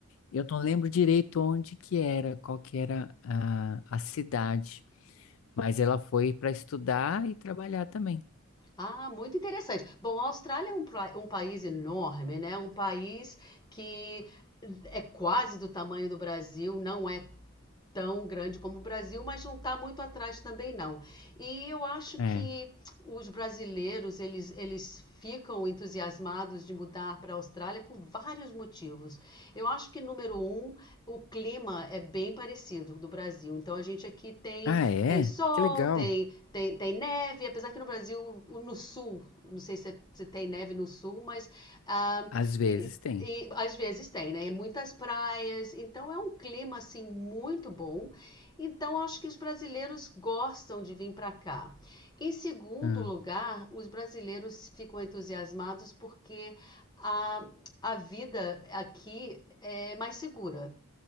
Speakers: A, on the left; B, on the left.
A: eu não lembro direito onde que era, qual que era a, a cidade, mas ela foi para estudar e trabalhar também.
B: Ah, muito interessante. Bom, a Austrália é um, pra- um país enorme, né? Um país que é quase do tamanho do Brasil, não é tão grande como o Brasil, mas não está muito atrás também não. E eu acho
A: É.
B: que os brasileiros, eles, eles ficam entusiasmados de mudar para a Austrália por vários motivos. Eu acho que, número um, o clima é bem parecido do Brasil. Então, a gente aqui tem,
A: Ah, é?
B: tem sol,
A: Que legal.
B: tem, tem, tem neve, apesar que no Brasil, no sul, não sei se, é, se tem neve no sul, mas ah,
A: Às vezes
B: e
A: tem.
B: e às vezes tem, né? E muitas praias, então é um clima assim muito bom. Então acho que os brasileiros gostam de vir para cá. Em segundo
A: Ah,
B: lugar, os brasileiros ficam entusiasmados porque a, a vida aqui é mais segura